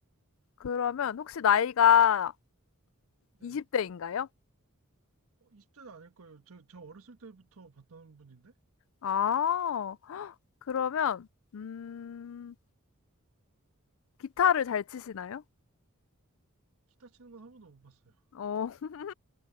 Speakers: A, on the left; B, on the right.
A: 그러면 혹시 나이가
B: 네.
A: 20 대인가요?
B: 어, 20대도 아닐 거예요. 저, 저 어렸을 때부터 봤던 분인데
A: 아 <gasps> 헉, 그러면 음 기타를 잘 치시나요?
B: 기타 치는 건 한 번도 못 봤어요.
A: 어 <laughs>